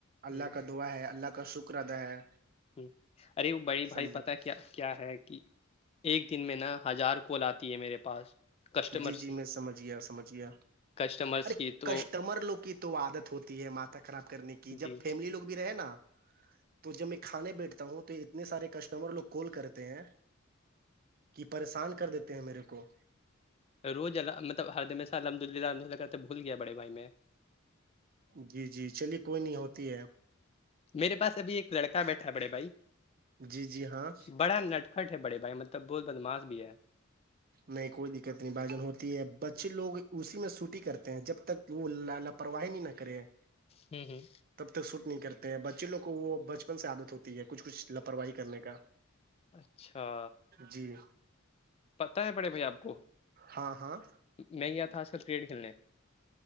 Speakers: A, on the right (about 45°); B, on the left (about 30°).
A: اللہ
B: ہ
A: کا دعا ہے اللہ کا شکر ادا ہے
B: ٹ <inaudible> ارے وہ بڑی بھائی
A: سمجھے
B: پتا کیا کیا ہے کہ ایک دن میں ن ہزار کول آتی ہے میرے پاس کسٹمرس
A: جی جی میں سمجھیا سمج گیا
B: کسٹمرس
A: ارے
B: کی تو
A: کسٹمر لوگ کی تو تو وہ عادت ہوتی ہے ماتا خراب کرنے کی جب
B: جی
A: فیملی لوگ رہے نا تو جب میں کھانے بیٹھتا ہوں تو تو اتنے سارے کسٹمر لوگ کال کرتے ہیں کہ پریشان کر دیتے ہیں میرے کو
B: روز اللہ مطلبرم سے الحمد للہ الحمد للہ کرتے بھول گیا بڑے بھائی میں
A: جی جی چلیے کوئی نہیں ہوتی ہے
B: میرے پاس ابھی ایک لڑکا بیٹھا ہے بڑے بھائی
A: جی جی ہاں
B: بڑا نٹکھٹ ہے بڑے بھائی مطلب بہت بدماس بھی ہے
A: نہیں کوئی دقت نہیں بھجن ہوتی ہے بچے لوگ اسی میں سوٹی کرتے ہیں جب تک وہ ل لاپرواہی نہیں نہیں کریر <inaudible>
B: ہ ہ
A: تب تک سوٹ نہیں کرتے ہیں بچے لوگ کو وہ بچپن سے عادت ہوتی ہے کچھ کچھ لاپرواہی کرنے کا
B: اچھا
A: جی
B: پتہ ہے بڑے بھائی آپ کو
A: ہاں ہاں
B: میں گیا تھا آج کل کرکٹ کھیلنے